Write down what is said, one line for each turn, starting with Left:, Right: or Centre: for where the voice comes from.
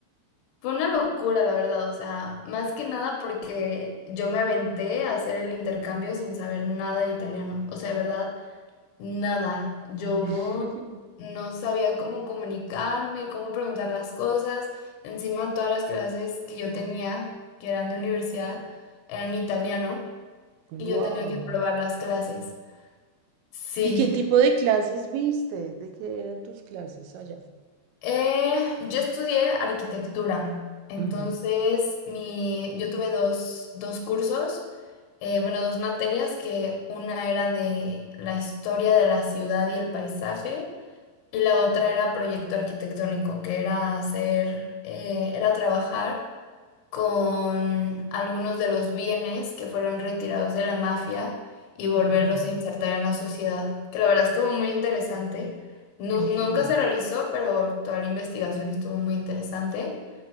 Left: fue una locura, la verdad. O sea, más que nada porque yo me aventé a hacer el intercambio sin saber nada de italiano. O sea, de verdad, Nada, yo
Right: <laughs>
Left: no sabía cómo comunicarme, cómo preguntar las cosas. Encima, todas las clases que yo tenía, que eran de universidad, eran italiano
Right: Wow.
Left: y yo tenía que probar las clases. Sí,
Right: ¿Y qué tipo de clases viste? ¿De qué eran tus clases allá?
Left: eh, yo estudié arquitectura, entonces
Right: Ujú,
Left: mi, yo tuve dos, dos cursos, eh, bueno, dos materias, que una era de la historia de la ciudad y el paisaje. y la otra era proyecto arquitectónico, que era hacer, eh, era trabajar con algunos de los bienes que fueron retirados de la mafia y volverlos
Right: ujú.
Left: a insertar en la sociedad, que la verdad estuvo muy interesante. Nu-
Right: Vi.
Left: nunca se realizó, pero toda la investigación estuvo muy interesante.